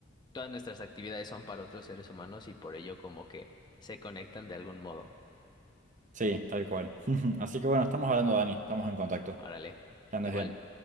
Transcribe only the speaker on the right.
Sí, tal cual. <laughs> Así que bueno, estamos hablando, Dani, estamos en contacto.
Que andes
bien.